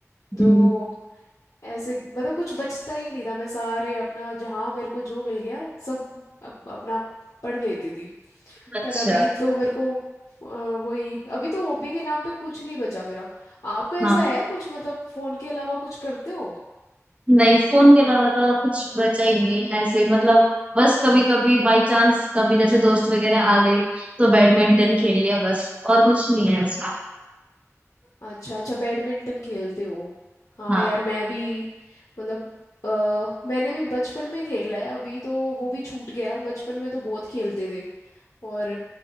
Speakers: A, on the left; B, on the right.
A: तो
B: हम्म,
A: ऐसे मतलब कुछ बचता ही नहीं था मैं सारे अपना जहाँ मेरे को जो मिल गया सब अप, अपना पढ़ लेती थी
B: अच्छा
A: पर अभी तो मेरे को अ, वही अभी तो हॉबी के नाम पे कुछ नहीं बचा मेरा आपका ऐसा
B: हाँ
A: है कुछ मतलब फोन के अलावा कुछ करते हो
B: नहीं फोन के अलावा तो और कुछ बचा ही नहीं है ऐसे मतलब बस कभी कभी बाई चांस कभी जैसे दोस्त वगैरह आ गए तो बैडमिंटन खेल लिया बस और कुछ नहीं है ऐसा
A: अच्छा अच्छा बैडमिंटन खेलते हो हाँ
B: हाँ
A: यार मैं भी मतलब अ, मैंने भी बचपन में खेला है अभी तो वो भी छूट गया बचपन में तो बहुत खेलते थे और